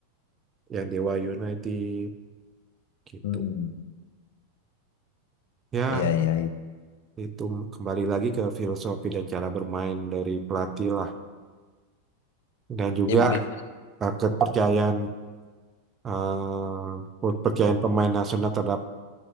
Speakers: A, on the right; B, on the left.
A: yang Dewa United gitu
B: Hmm.
A: ya
B: Iya iya iya.
A: itu kembali lagi ke filosofi dan cara bermain dari pelatih lah dan juga
B: Ya, bi-
A: eh, kepercayaan eh, kepercayaan pemain nasional terhadap